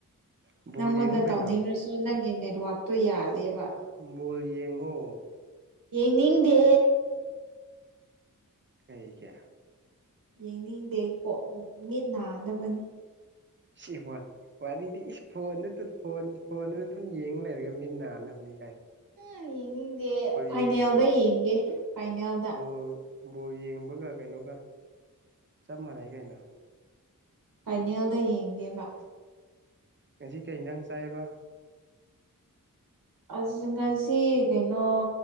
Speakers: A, on the right (about 35°); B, on the right (about 80°).
A: ꯕꯣꯜ
B: ꯅꯪꯉꯣꯟꯗ
A: ꯌꯦꯡꯉꯨ ꯀꯩꯅꯣ
B: ꯇꯧꯅꯤꯡꯔꯁꯨ ꯑꯗꯣ ꯅꯪꯒꯤ ꯅꯦꯠꯋꯥꯛꯇꯣ ꯌꯥꯗꯦꯕ
A: ꯕꯣꯜ ꯌꯦꯡꯉꯣ
B: ꯌꯦꯡꯅꯤꯡꯗꯦ
A: ꯀꯩꯒꯤ
B: ꯌꯦꯡꯅꯤꯡꯗꯦ ꯀꯣ ꯃꯤꯠ ꯅꯥꯅꯕꯅꯤ
A: ꯁꯤ ꯋꯥ ꯋꯥꯔꯤꯗꯤ ꯏꯁ ꯐꯣꯟꯗ ꯐꯣꯟ ꯐꯣꯟꯗꯨꯗ ꯑꯗꯨꯝ ꯌꯦꯡ ꯂꯩꯔꯒ ꯃꯤ ꯅꯥꯟꯅꯕꯅꯦ
B: ꯑ ꯌꯦꯡꯅꯤꯡꯗꯦ ꯐꯥꯏꯅꯦꯜꯗ
A: ꯌꯦꯡ
B: ꯌꯦꯡꯒꯦ ꯐꯥꯏꯅꯦꯜ
A: ꯕꯣꯜ ꯕꯣꯜ ꯌꯦꯡꯕꯒ ꯀꯩꯅꯣꯒ ꯆꯞ ꯃꯥꯟꯅꯩ ꯀꯩꯅꯣ
B: ꯐꯥꯏꯅꯦꯜꯗ ꯌꯦꯡꯒꯦꯕꯥ
A: ꯉꯁꯤ ꯀꯩꯊꯪ ꯆꯥꯏꯕ
B: ꯑ ꯉꯁꯤ ꯀꯩꯅꯣ